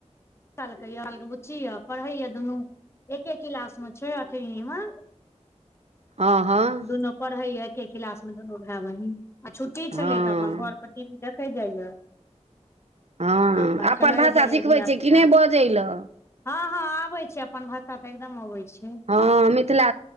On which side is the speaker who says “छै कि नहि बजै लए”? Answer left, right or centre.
Right